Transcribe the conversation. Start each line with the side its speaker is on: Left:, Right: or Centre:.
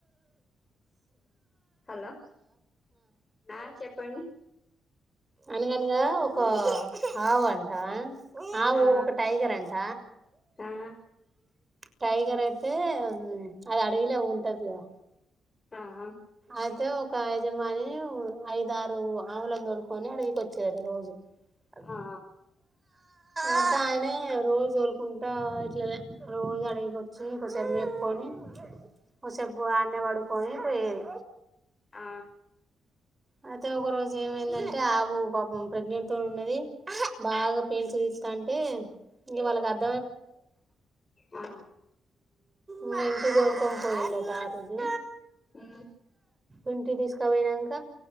Left: హలో ఆ చెప్పండి
Right: అనగనగా ఒకా ఆవ్ అంటా ఆవు
Left: ఆ
Right: ఒక టైగర్ అంట
Left: ఆ
Right: టైగరై ఐతే హుమ్ అది అడివిలో ఉన్ ఉంటది గదా
Left: ఆ ఆ
Right: అయితే ఒక యజమాని హు ఐద ఆరు ఆవులను తోడుకొని అడవికి వచ్చాడు రోజు అ
Left: ఆ
Right: అంత ఆయన రోజు తోలుకుంటా ఇట్లా రోజు అడిగొచ్చి ఒకసారి చెప్పుకొని కోసేపు అన్నే పడుకోని పోయేది
Left: ఆ
Right: అయితే ఒక రోజు ఏమైందంటే ఆవు పాపం ప్రెగ్నెంట్ తో ఉన్నది బాగా పెయిన్ చూదిస్తా అంటే ఇక వాళ్ళకి అర్
Left: ఆ
Right: వెనక్కి తోలుకొని పోయిండట అటికి
Left: ఆ
Right: ఇంటి తీసుకు కుక్క పోయనంక